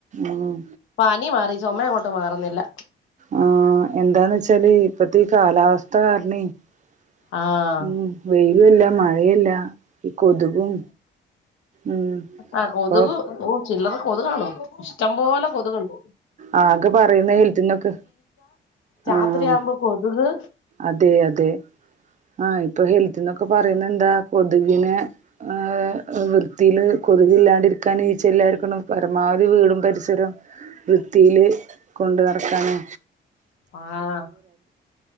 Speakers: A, on the right (about 40°); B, on the left (about 80°).
A: ഉം
B: പനി മാറി ചൊമ അങ്ങോട്ട് മാറുന്നില്ല.
A: ആ എന്താന്ന് വെച്ചാല് ഇപ്പത്തെ ഈ കാലാവസ്ഥ കാരണെ -
B: ആഹ്
A: ഉം വെയിലുംയല്ല മഴയല്ല കൊതുകും ഉം
B: ആ കൊതുക്
A: ഇപ്പൊ
B: ഓ ചില്ലറ കൊതുകണോ ഇഷ്ടം പോലെ കൊതുക് ഉണ്ട്
A: ആക്കെ പറയുന്ന ഹെൽത്തിന്നൊക്കെ
B: രാത്രിയാവുമ്പോ
A: ആഹ്
B: കൊതുക്
A: അതെ അതെ ആഹ് ഇപ്പൊ ഹെൽത്തിന്നൊക്കെ പറയുന്ന എന്താ കൊതുകിനെ ആ വൃ- വൃത്തിൽ കൊതുക് എല്ലാണ്ടിരി രിക്കാനും ഈച്ചയില്ലാരിക്കണം പരമാവധി വീടും പരിസരം- വൃത്തിയില് കൊണ്ടു നടക്കണം
B: ആഹ